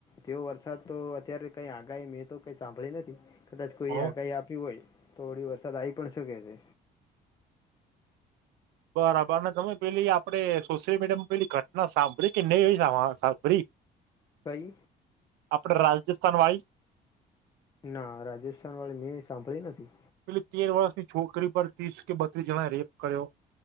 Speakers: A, on the left; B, on the right.
A: તે વરસાદ તો અત્યારે કઈ આગાહી મેં તો કઈ સાંભળી નથી. કદાચ કોઈએ
B: હ
A: આગાહી આપી હોય તો થડી વરસાદ આવી પણ શકે છે.
B: બરાબર અને તમે પેલી આપડે સોશિયલ મીડિયા માં પેલી ઘટના સાંભળી કે નહી એ સાંભળી.
A: કઈ
B: આપણે રાજજસ્થાન વારી.
A: ના રાજસ્થાન વાળી મેં સાંભળી નથી.
B: પેલી તેર વર્ષની છોકરી પર ત્રીસ કે બત્રીસ જણા રેપ કર્યો.